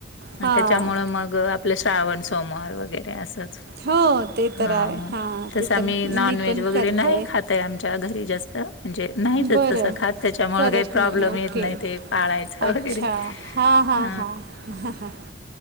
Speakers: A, on the right (about 55°); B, on the left (about 80°).
A: हां
B: त्याच्यामुळं मग- ग आपलं श्रावण सोमवार वगैरे असंच.
A: हो ते तर
B: हा
A: आहे हां
B: तसं
A: ते तर
B: आम्ही नॉन
A: मी
B: व्हेज
A: पण
B: वगैरे
A: करते
B: नाही खात. आमच्या घरी जास्त म्हणजे नाहीतच
A: बरं
B: तसं खात त्याच्यामुळे
A: करत
B: काही प्रॉब्लेम
A: नाही ओके
B: येत नाही ते पाळायचं
A: अच्छा
B: वगैरे
A: हां हां
B: ह.
A: हां